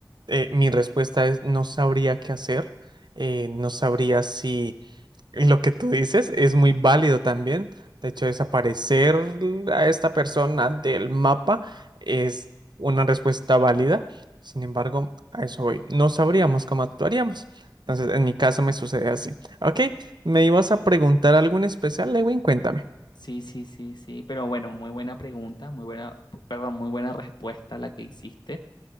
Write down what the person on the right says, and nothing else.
Eh, mi respuesta es no sabría qué hacer, eh, no sabría si lo que tú dices es muy válido también. De hecho, desaparecer a esta persona del mapa es una respuesta válida. Sin embargo, a eso voy. No sabríamos cómo actuaríamos. Entonces, en mi caso me sucede así. Ok, ¿me ibas a preguntar algo en especial, Lewin? Cuéntame.